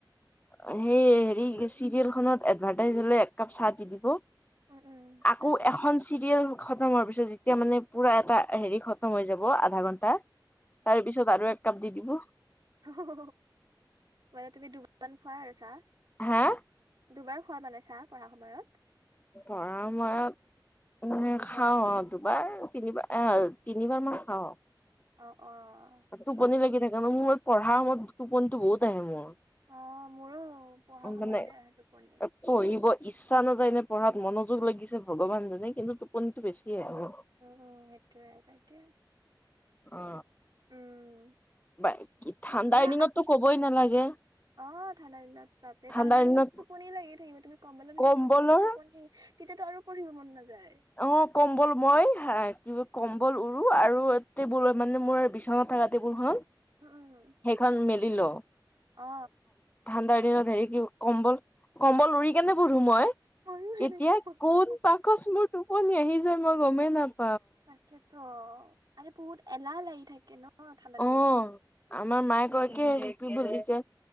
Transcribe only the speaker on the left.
সেই হেৰি চিৰিয়েলখনত এডভাৰ্টাইজ হলে এক কাপ চাহ দি দিব আকৌ
এখন চিৰিয়েল। খতম হোৱাৰ পিছত যেতিয়া মানে পূৰা এটা হেৰি খতম হৈ যাব আধা ঘণ্টা তাৰ পিছত আৰু এক কাপ দি দিব
হা
পঢ়া সময়ত খাওঁ অ দুবাৰ তিনিবাৰ, তিনিবাৰ মান খাওঁ অ
টোপনি লাগি থাকে ন মোৰ পঢ়াৰ সময়ত টোপনি বহুত আহে মোৰ
মানে
পঢ়িব ইচ্ছা <unintelligible> নাযায় নে পঢ়াত মনোযোগ লাগিছে ভগৱান জানে কিন্তু টোপনিটো বেচি <unintelligible> কি আৰু
অ।
বা ঠাণ্ডাৰ
দিনতো
কবই নালাগে।
ঠাণ্ডাৰ
দিনত
কম্বলৰ
অ কম ব'ল মই কি? কম্বল উৰু আৰু টেবুল মানে মোৰ বিচনাত থাকা টেবুলখন
সেইখন মেলি লওঁ।
ঠাণ্ডাৰ দিনত হেৰি কি- কম্বল কম্বল উৰি কেনে, পঢ়ো মই
এতিয়া
কোন পাষত মোৰ টোপনি আহি যায় মই গমেই নাপাওঁ।
অ আমাৰ মায়ে কয় কি কি বুজিছে